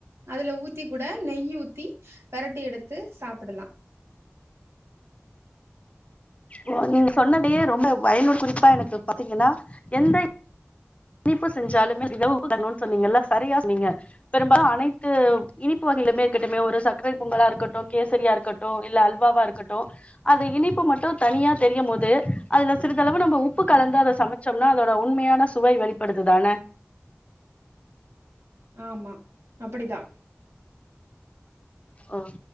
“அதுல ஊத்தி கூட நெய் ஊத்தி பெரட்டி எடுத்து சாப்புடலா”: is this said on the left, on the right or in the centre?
Right